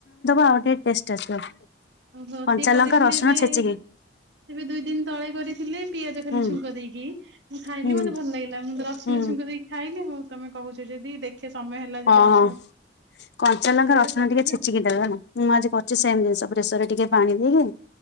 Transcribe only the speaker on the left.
ଆଉଡେଟ ବେଷ୍ଟ ଆସିବ
କଞ୍ଚା
ଲଙ୍କା ରସୁଣ
ଛେଚିକି
ହୁଁ
ହୁଁ।
ହୁଁ
ହଁ
ହଁ। କଞ୍ଚା ଲଙ୍କା
ରଚଣ
ଟିକେ ଛେଚିକି
ଦେବା ହେଲା ମୁଁ ଆଜି କରିଛି ସେ ଜିନିଷ ପ୍ରେସରରେ। ଟିକେ ପାଣି ଦେଇକି